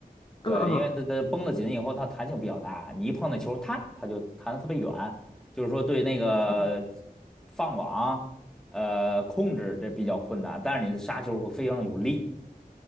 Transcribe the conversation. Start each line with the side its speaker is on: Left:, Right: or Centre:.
Centre: 对，
Left: 嗯嗯。
Centre: 因为它它绷得紧以后，它弹性比较大，你一碰那球，它它就弹得特别远，就是说对那个
Left: 嗯
Centre: 放网，呃，控制这比较困难，但是你的杀球会非常有力，